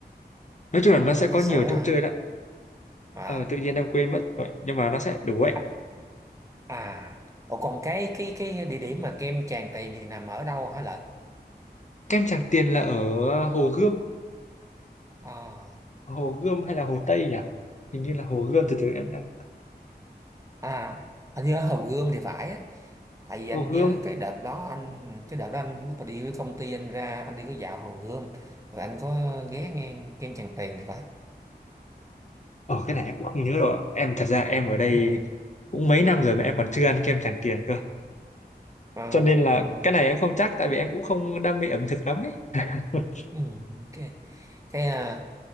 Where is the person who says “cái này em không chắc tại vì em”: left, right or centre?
Left